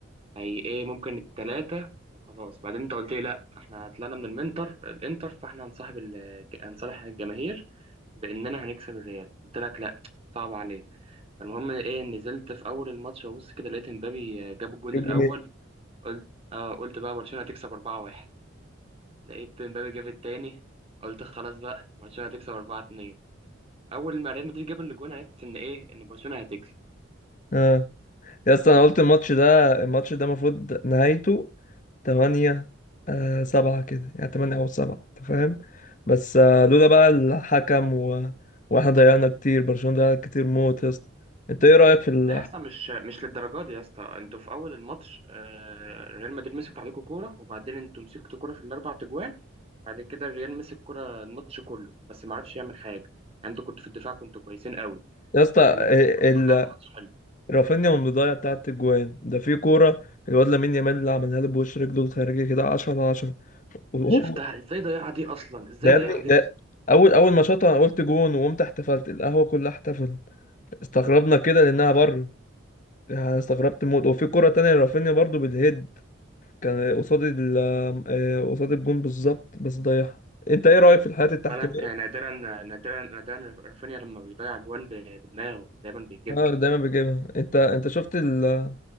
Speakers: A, on the right; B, on the left.
A: هي ايه ممكن التلاتة وخلاص بعدين انت قلت لي لا احنا طلعنا من المنتر الانتر فاحنا هنصاحب ال... هنصالح الجماهير باننا هنكسب الريال قلت لك لا صعب عليك فالمهم ايه نزلت في اول الماتش وبص كده لقيت امبابي جاب الجون
B: الجنيه
A: الاول قلت اه قلت بقى برشلونة هتكسب 4-1 لقيت امبابي جاب التاني قلت خلاص بقى برشلونة هتكسب 4-2 اول ما ريال مدريد جاب الجون عرفت ان ايه ان برشلونة هتكسب
B: اه يا اسطى انا قلت الماتش ده الماتش ده المفروض نهايته تمانية آه سبعة كده يعني تمانية أو سبعة أنت فاهم بس آه لولا بقى الحكم و... وإحنا ضيعنا كتير برشلونة ضيع كتير موت يا اسطى أنت إيه رأيك في ال...
A: لا يا اسطى مش مش للدرجه دي يا اسطى انتوا في اول الماتش آه، ريال مدريد مسك عليكم كوره وبعدين انتوا مسكتوا كوره في الاربع تجوان بعد كده الريال مسك كوره الماتش كله بس ما عرفش يعمل حاجه يعني انتوا كنتوا في الدفاع كنتوا كويسين قوي
B: يا اسطى
A: لكن
B: ال...
A: الريال الصراحة كان لعب
B: ال-
A: ماتش حلو
B: رافينيا من البداية بتاعت الجوان ده في كورة الواد لامين يامال اللي عملها له بوش رجله الخارجي كده 10 على 10 وهو
A: انا شفتها ازاي ضيعها دي اصلا ازاي
B: ده يا
A: ضيعها
B: ابني
A: دي
B: ده
A: اصلا
B: أول أول ما شاطها أنا قلت جون وقمت احتفلت القهوة كلها احتفلت استغربنا كده لأنها بره يعني استغربت موت وفي كرة تانية لرافينيا برضو بالهيد كان قصاد ال آه، قصاد الجون بالظبط بس ضيعها انت ايه رأيك في الحالات التحكيمية
A: خد بالك آه، نادرا نادرا نادرا رافينيا لما بيضيع جوان ب- بدماغه دايما بيجيبها
B: اه دايما بيجيبها انت انت شفت ال